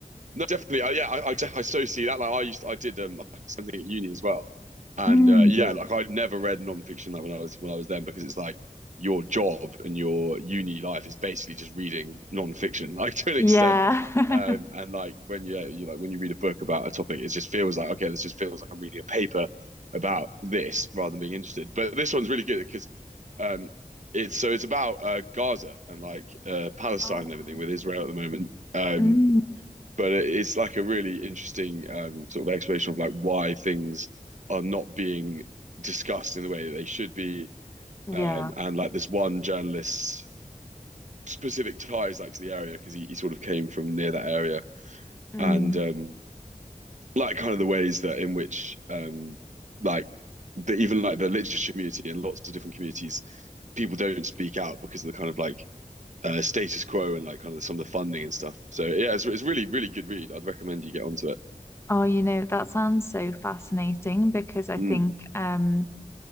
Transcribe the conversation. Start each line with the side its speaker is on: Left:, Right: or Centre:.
Right: No, definitely. Uh, yeah, I, I, I so see that. Like I used, to, I did um, like something at uni as well, and
Left: Mm,
Right: uh, yeah, like I'd never read nonfiction like when I was when I was then because it's like your job and your uni life is basically just reading nonfiction, <laughs> like to an
Left: yeah.
Right: extent. Um,
Left: <laughs>
Right: and like when you, yeah, you like when you read a book about a topic, it just feels like okay, this just feels like I'm reading a paper about this rather than being interested. But this one's really good because um, it's so it's about uh, Gaza and like uh, Palestine
Left: Oh,
Right: and everything with Israel at the moment. Um,
Left: Mm,
Right: but it's like a really interesting um, sort of explanation of like why things are not being discussed in the way that they should be.
Left: yeah.
Right: Um, and like this one journalist's specific ties like to the area because he, he sort of came from near that area
Left: Mm.
Right: and um, like kind of the ways that in which um, like the, even like the literature community and lots of different communities people don't speak out because of the kind of like uh, status quo and like kind of some of the funding and stuff so yeah it's, it's really really good read I'd recommend you get onto it
Left: Oh, you know, that sounds so fascinating because I
Right: mm,
Left: think um